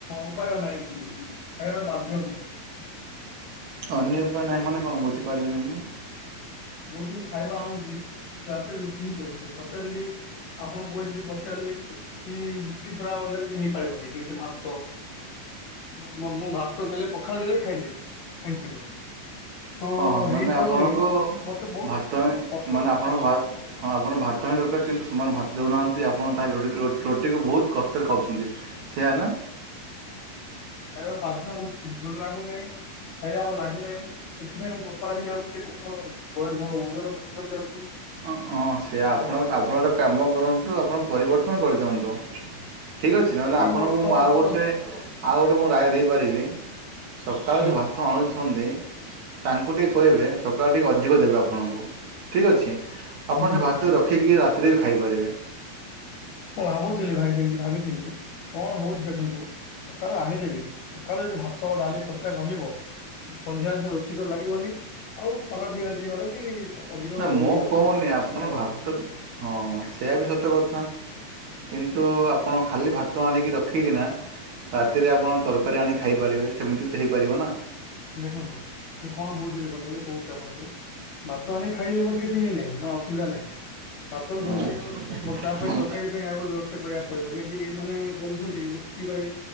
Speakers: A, on the left; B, on the right.
A: ଉପାୟ ନାହିଁ କିଛି ଖାଇବାକୁ ବାଧ୍ୟ ମୁଁ।
B: ଅନ୍ୟ ଉପାୟ
A: ବୁଝିପାରିଲେ
B: ନାହିଁ ମାନେ
A: କି
B: କଣ? ବୁଝିପାରିଲିନି ମୁଁ।
A: ଯୋଉଠୁ ମୁଁ ଖାଇବା ଆଣୁଛି ତାଠେ ରୁଟି ହିଁ କରୁଛୁ ପଚାରିଲି। ଆପଣ କହିି ପଚାରିଲେ କି ରୁଟି ଛଡା ଅନ୍ୟ କିଛି ହେଇପାରିବ କି? ଯେମିତି ଭାତ ମ ମ ମୁଁ ଭାତ ଦେଲେ ପଖାଳ ଦେଲେ ବି ଖାଇଦେବି ଏମତି ପାରା। ହଁ
B: ଓହୋ ମାନେ
A: ହେଇପାରୁନି
B: ଆପଣଙ୍କୁ
A: ମତେ ବହୁତ
B: ଭାତ
A: କଷ୍ଟ
B: ମାନେ ଆପଣଙ୍କୁ
A: ହଁ।
B: ଭା- ହଁ ଆପଣ ଭାତ ହିଁ ଦରକାର କିନ୍ତୁ ସେମାନେ ଭାତ ଦେଉନାହାନ୍ତି ଆପଣ ତାହେଲେ ରୁ ରୁଟିକୁ ବହୁତ କଷ୍ଟରେ ଖାଉଛନ୍ତି। ସେଆ ନା?
A: ଖାଇବା ବାଛ <unintelligible> ଲାଗୁନହିଁ ଖାଇଲେ ଆ ଲାଗୁନହିଁ। ସେଥିପାଇଁ କପା ହେଇଯାଉଛି <unintelligible> ଯାଉଛି।
B: ଅଁ ହଁ ସେ ଆପଣ
A: କରିପାରିବି
B: ଆପଣ ଗୋଟେ
A: ଆଉ
B: କାମ କରନ୍ତୁ ଆପଣ ପରିବର୍ତ୍ତନ କରିଦିଅନ୍ତୁ। ଠିକ୍ ଅଛି ନହେଲେ
A: ପରିବର୍ତ୍ତନ
B: ଆପଣଙ୍କୁ ମୁଁ ଆଉ ଗୋଟେ
A: ତ
B: ଆଉ ଗୋଟେ ମୁଁ ରାୟ ଦେଇପାରିବି। ସକାଳେ
A: ହୁଁ
B: ଯୋଉ ଭାତ ଆଣୁଛନ୍ତି। ତାଙ୍କୁ ଟିକେ କହିବେ ସକାଳ ଟିକଏ ଅଧିକ ଦେବେ ଆପଣଙ୍କୁ ଠିକ୍ ଅଛି। ଆପଣ
A: ହୁଁ
B: ସେ ଭାତ ରଖିକି ରାତିରେ ବି ଖାଇପାରିବେ।
A: ମୁଁ ଭାବୁଥିଲି ଭାଇ ସେମିତି ଭାବିଥିଲି, କଣ ହଉଛି ଦେଖନ୍ତୁ? ସକାଳୁ ଆଣିଦେବି ସକାଳୁ ଯଦି ଭାତ, ଡାଲି, ତରକାରୀ ରହିବ ସନ୍ଧ୍ୟାରେ କିଛି ତ ଲାଗିବନି ଆଉ ଖରାପ ହେଇ ଯିବାର ବି ସ ଅଧିକ
B: ନା ମୁଁ
A: ଇଏ ଅଛି
B: କହୁନି ଆପଣ
A: ସମ୍ଭାବନା
B: ଭାତ ତ ହଁ ସେଇୟ ବି ସତ କଥା। କିନ୍ତୁ ଆପ ଆପଣ ଖାଲି ଭାତ ଆଣିକି ରଖିକିନା ରାତିରେ ଆପଣ ତରକାରୀ ଆଣି ଖାଇପାରିବେ ସେମିତି ବି ତ ହେଇପାରିବ ନା।
A: ଦେଖନ୍ତୁ କଣ ହଉଛି ଦେଖନ୍ତୁ ମୁ କହୁଛି ଆପଣଙ୍କୁ? ଭାତ ଆଣି ଖାଇଲେ ମତେ କିଛି ଇଏ ନାଇଁ। ମସ ସୁବିଧା ନାହିଁ ପାସ୍ ତ
B: ହଁ
A: ଭଲ ଲାଗେ ମୋର ତା ପାଇଁ ତରକାରୀ ପାଇଁ ଆଉ ଗୋଟେ ବ୍ୟବସ୍ଥା କରିବା ଯେମତି ଏ ମାନେ କରୁଛନ୍ତି ରୁଟି ପାଇଁ